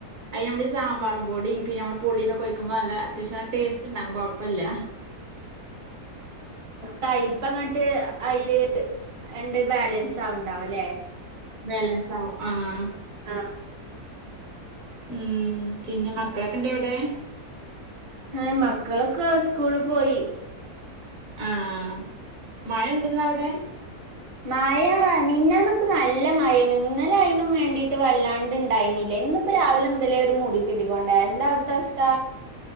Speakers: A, on the right; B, on the right.
A: അയി നമ്മളി ഈ സാമ്പാറും പൊടിം പിന്ന നമ്മ പുളി ഇതൊക്കെയി ക്കുമ്പോ നല്ല അത്യാവശ്യം ടേസ്റ്റ് ഉണ്ടാകും കുഴപ്പല്ല
B: കൈപ്പങ്ങട്ട് അയില് എണ്ട് ബാലൻസ് ആവ്ണ്ടാവുംല്ലേ
A: ബേലൻസ് ആവും ആഹ്
B: ആഹ്
A: ഉം പിന്നെ മക്കളൊക്കെ ഇണ്ടവിടെ?
B: ആ മക്കളൊക്കെ സ്കൂള് പോയി
A: ആഹ് മഴ ണ്ട്ന്ന അവിടെ?
B: മയാ മിഞ്ഞാന്നൊക്കെ നല്ല മഴെനു ഇന്ന ഇന്നാല അയിനും വേണ്ടിട്ട് വല്ലാണ്ട് ഇണ്ടായിനില്ല ഇന്നിപ്പോ രാവിലെ മുതലേ ഒരു മൂടി കെട്ടിക്കൊണ്ട എന്താ അവിടുത്തെ അവസ്ഥ?